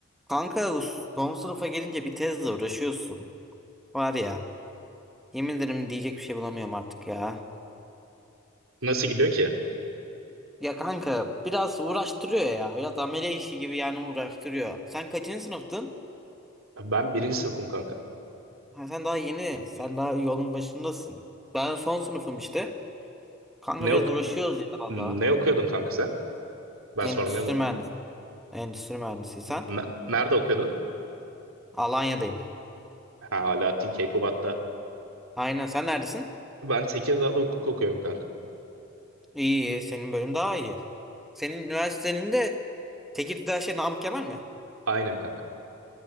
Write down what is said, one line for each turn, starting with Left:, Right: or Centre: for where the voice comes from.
Centre: Kanka bu son sınıfa gelince bir tezle uğraşıyorsun. Var ya yemin ederim diyecek bir şey bulamıyorum artık ya.
Right: Nasıl gidiyor ki?
Centre: Ya kanka biraz uğraştırıyor ya. Biraz amele işi gibi yani uğraştırıyor. Sen kaçıncı sınıftın?
Right: Ben birinci sınıfım kanka.
Centre: Ha, sen daha yeni. Sen daha yolun başındasın. Ben son sınıfım işte. Kanka
Right: Ne,
Centre: biraz
Right: ok
Centre: uğraşıyoruz ya valla.
Right: ne okuyordun kanka sen? Ben
Centre: Endüstri
Right: sormayı unuttum.
Centre: mühendisi. Endüstri mühendisi sen.
Right: N- nerede okuyordun?
Centre: Alanya'dayım.
Right: Ha, Alaaddin Keykubat'ta.
Centre: Aynen sen neredesin?
Right: Ben Tekirdağ'da hukuk okuyorum kanka.
Centre: İyi iyi. Senin bölüm daha iyi. Senin üniversitenin de Tekirdağ şey Namık Kemal mi?
Right: Aynen kanka.